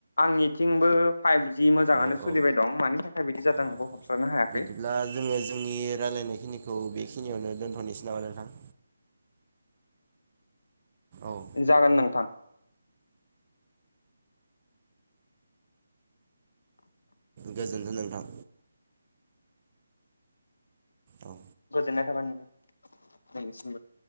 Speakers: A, on the left; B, on the right.
A: आंनिथिंबो फाइभजि मोजाङानो
B: औ
A: सोलिबाय
B: औ
A: दं मानि थाखाय बिदि जादों
B: औ
A: आंबो हमस्रानो हायाखै
B: बिदिब्ला जोङो जोंनि रायलायनाय खिनि खौ बेखिनियावनो दोनथनोसै नामा नोंथां औ
A: जागोन नोंथां
B: गोजोनथों नोंथां औ।
A: गोजोननाय थाबाय नोंथांनिसिमबो।